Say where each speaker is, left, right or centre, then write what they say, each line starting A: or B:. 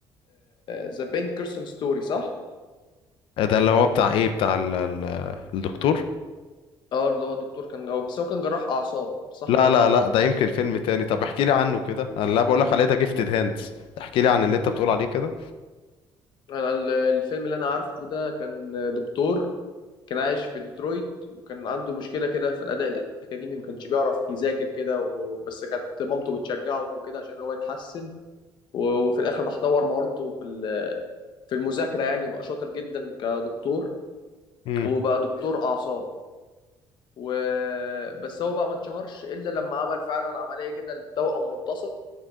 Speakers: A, on the left; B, on the left.
A: ذا بين كيرسون ستوري صح؟
B: ده اللي هو بتاع ايه بتاع ال ال الدكتور
A: اه اللي هو الدكتور كان هو بس هو كان جراح اعصاب صح
B: لا
A: ولا لا؟
B: لا لا ده يمكن فيلم تاني طب احكي لي عنه كده انا لا بقول لك عليه ده جيفتد هاندز احكي لي عن اللي انت بتقول عليه كده
A: انا ال- الفيلم اللي انا عارفه ده كان دكتور كان عايش في ديترويت وكان عنده مشكله كده في الاداء الاكاديمي ما كانش بيعرف يذاكر كده و- بس كانت مامته بتشجعه وكده عشان هو يتحسن و- وفي الاخر راح طور مهارته في ال- في المذاكره يعني وبقى شاطر جدا كدكتور
B: امم
A: وبقى دكتور اعصاب وبس هو بقى ما اتشهرش الا لما عمل فعلا عمليه كده للتوأم ملتصق